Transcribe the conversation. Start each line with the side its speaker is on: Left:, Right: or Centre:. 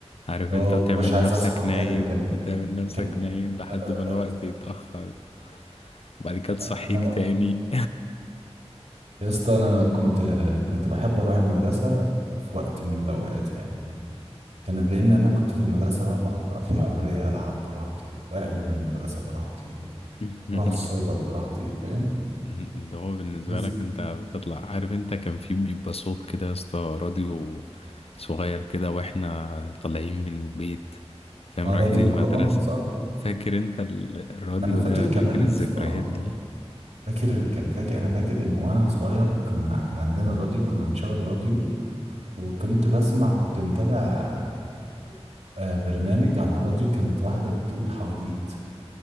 Left: عارف
Right: اه
Left: انت وتعمل
Right: مبقاش عايز
Left: نفسك
Right: اصحى
Left: نايم
Right: ايه ده كان
Left: وتعمل نفسك
Right: كان
Left: نايم لحد
Right: آه،
Left: ما الوقت يتأخر وبعد كده تصحيك
Right: انا
Left: تاني
Right: يا اسطى انا كنت كنت بحب اروح المدرسة في وقت من الاوقات يعني كان لان انا كنت في المدرسة بقى بح- بقى في حرية العب براحتي واقلب من المدرسة براحتي
Left: <laughs>
Right: اروح السايبر براحتي فاهم
Left: اللي هو بالنسبة
Right: بز...
Left: لك انت بتطلع عارف انت كان في بيبقى صوت كده يا اسطى راديو صغير كده واحنا طالعين من البيت فاهم
Right: آه،
Left: رايحين
Right: راديو
Left: المدرسة
Right: القرآن صح
Left: فاكر انت ال- الراديو
Right: انا فاكر
Left: ده
Right: كمان
Left: فاكر الذكريات
Right: يا اسطى
Left: دي
Right: فاكر كان فاكر انا فاكر ان وانا صغير كنا كان عندنا راديو كنا بنشغل الراديو وكنت بسمع كنت متابع آه، برنامج على الراديو كانت واحده بتقول حواديت